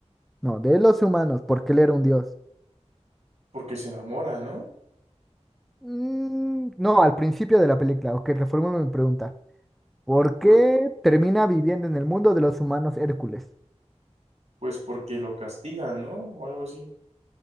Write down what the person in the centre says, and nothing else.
No, de los humanos, porque él era un dios.
Mm, no, al principio de la película. Ok, reformulo mi pregunta. ¿Por qué
termina viviendo en el mundo de los humanos Hércules?